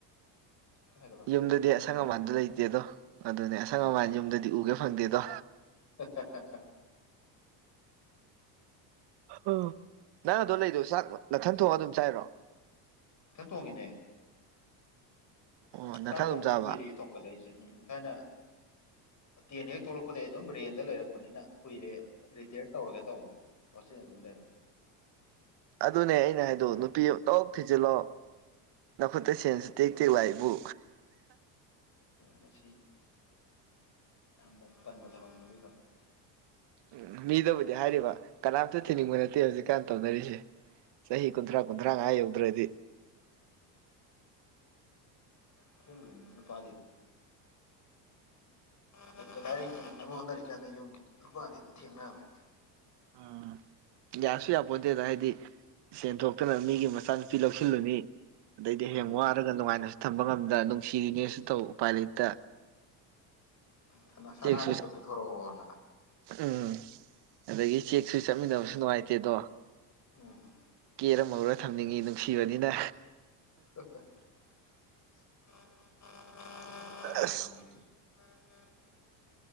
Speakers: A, on the left (about 35°); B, on the right (about 55°).
A: ꯑꯗꯨ ꯍꯥꯏꯒꯠꯂꯣ ꯀꯩꯗꯧꯔꯗꯣꯏꯅꯣ
B: ꯌꯨꯝꯗꯗꯤ ꯑꯁꯪ
A: ꯌꯨꯝ ꯂꯩ
B: ꯑꯃꯥꯟꯗꯣ ꯂꯩꯇꯦꯗꯣ ꯑꯗꯨꯅꯦ ꯑꯁꯪ
A: ꯎꯝ
B: ꯑꯃꯥꯟ ꯌꯨꯝꯗꯗꯤ ꯎꯒꯦ ꯐꯪꯗꯦꯗꯣ
A: <unintelligible>
B: ꯑ ꯅꯪ ꯑꯗꯣ ꯂꯩꯗꯣ ꯆꯥꯛ ꯅꯊꯟ ꯊꯣꯡꯑ ꯑꯗꯨꯝ ꯆꯥꯏꯔꯣ
A: ꯏꯊꯟ ꯊꯣꯡꯉꯤꯅꯦ
B: ꯑꯣ ꯅꯊꯟ
A: ꯆꯥꯛ ꯊꯣꯡꯕꯁꯦ
B: ꯑꯗꯨꯝ ꯆꯥꯕ
A: ꯀꯨꯏꯔꯦꯍꯦ ꯊꯣꯡꯈꯠꯂꯛꯏꯁꯦ ꯎꯝ ꯊꯥꯏꯅ ꯇꯦꯟ ꯍꯦꯛ ꯊꯣꯛꯂꯛꯄꯗꯒꯤꯩ ꯑꯩ ꯑꯗꯨꯝ ꯔꯦꯟꯗ ꯂꯩꯔꯛꯄꯅꯤꯅ ꯀꯨꯏꯔꯦ ꯔꯤꯇꯌꯔ ꯇꯧꯔꯒꯦ ꯇꯧꯕꯅꯤ ꯍꯣꯁꯇꯦꯜ <unintelligible>
B: ꯑꯗꯨꯅꯦ ꯑꯩꯅ ꯍꯥꯏꯗꯣ ꯅꯨꯄꯤ ꯑꯃ ꯇꯣꯛ ꯊꯤꯖꯤꯜꯂꯣ ꯅꯈꯨꯠꯇ ꯁꯦꯟꯁꯨ ꯇꯦꯛ ꯇꯦꯛ ꯂꯥꯛꯏꯕꯨ
A: ꯃꯁꯤ ꯌꯥꯝꯅ ꯇꯟꯕ ꯊꯕꯛꯅꯤ ꯑꯗꯨꯏ ꯊꯕꯛ
B: ꯎꯝ ꯃꯤꯗꯕꯨꯗꯤ ꯍꯥꯏꯔꯤꯕ ꯀꯅꯥꯝꯇ ꯊꯤꯅꯤꯡꯕ ꯅꯠꯇꯦ ꯍꯧꯖꯤꯛꯀꯥꯟ ꯇꯧꯅꯔꯤꯁꯦ꯫ ꯆꯍꯤ ꯀꯨꯟꯊ꯭ꯔꯥ
A: ꯃꯥꯅꯦ
B: ꯀꯨꯟꯊ꯭ꯔꯥꯉꯥ ꯌꯧꯗ꯭ꯔꯗꯤ꯫
A: ꯑꯁꯦꯡꯕꯩꯅꯦ ꯅꯨꯄꯥꯗꯤ ꯂꯩꯇ ꯂꯥꯏꯔ ꯌꯦꯡꯅꯕ ꯍꯣꯠꯅꯔꯤ ꯀꯥꯟꯗ ꯌꯨꯝꯒꯤ ꯅꯨꯄꯥꯗꯤ ꯑꯗꯨꯝ ꯊꯦꯡꯅꯕꯅꯦ꯫
B: ꯎꯝ ꯌꯥꯁꯨ ꯌꯥꯄꯣꯠꯇꯦꯗ ꯍꯥꯏꯗꯤ ꯁꯦꯟ ꯊꯣꯛꯇꯅ ꯃꯤꯒꯤ ꯃꯆꯥꯅꯨꯄꯤ ꯂꯧꯁꯤꯜꯂꯨꯅꯤ ꯑꯗꯩꯗꯤ
A: ꯃꯥꯅꯦ
B: ꯍꯌꯦꯡ ꯋꯥꯔꯒ ꯅꯨꯡꯉꯥꯏꯅꯁꯨ ꯊꯝꯕ ꯉꯝꯗ ꯅꯨꯡꯁꯤꯔꯤꯅꯦꯁꯨ ꯇꯧ ꯎꯄꯥꯏ ꯂꯩꯇ꯫
A: ꯁꯅꯥ ꯁꯅꯥꯗꯨ
B: ꯆꯦꯛꯁꯨ
A: ꯑꯝꯇ ꯄꯨꯊꯣꯔꯛꯑꯣꯅ
B: ꯎꯝ ꯑꯗꯒꯤ ꯆꯦꯛꯁꯨ ꯆꯠꯃꯤꯟꯅꯕꯁꯨ ꯅꯨꯡꯉꯥꯏꯇꯦꯗꯣ
A: ꯎꯝ
B: ꯀꯦꯔꯝꯃꯒ ꯊꯝꯅꯤꯡꯉꯤ ꯅꯨꯡꯁꯤꯕꯅꯤꯅ
A: <inaudible>
B: ꯑꯁ
A: <unintelligible> <inaudible>